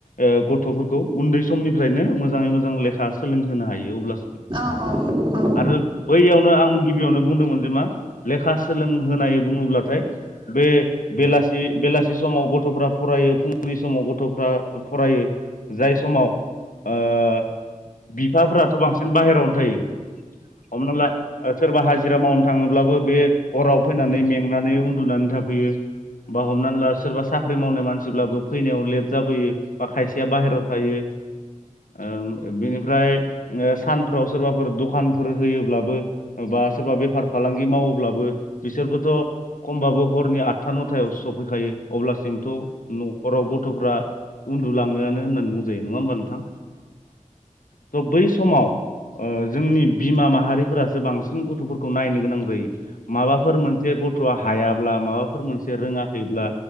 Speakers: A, on the left; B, on the right.
A: ओ गथ'फोरखौ उन्दै समनिफ्रायनो मोजाङै मोजां लेखा सोलोंहोनो हायो अब्ला
B: औ औ औ औ नंगौ औ
A: आरो बैयावनो आं गिबियावनो बुंदोंमोन जे मा लेखा सोलोंहोनाय। ब्लाथाय बे बेलासि बेलासि समाव गथ'फ्रा फरायो फुंनि समाव गथ'फ्रा फरायो जाय समाव ओ बिफाफोरा थ बांसिन बाहेरायावनो थायो हमना ला सोरबा हाजिरा मावनो थाङोब्ला बे हराव फैनानै मेंनानै उन्दुनानै थाफैयो बा हमनानै ला सोरबा साख्रि मावनाय मानसिब्लाबो फैनायाव लेट जाबोयो बा खायसेया बाहेरायाव थायो। ओ बेनिफ्राय ओ सानफ्राव सोरबाफोर दखानफोर होयोब्लाबो बा सोरबा बेफार फालांगि मावोब्लाबो बिसोरबोथ' खमबाबो हरनि आदथा नथायावो सफैखायो। अब्लासिमथ' न'खराव गथ'फ्रा उन्दुलाङोआनो होननानै बुंजायो। नङा ओमबा नोंथां थ बैस समाव ओ जोंनि बिमा माहारिफोरासो बांसिन गथ'फोरखौ नायनो गोनां जायो। माबाफोर मोनसे गथ'आ हायाब्ला माबाफोर मोनसे रोङाखैब्ला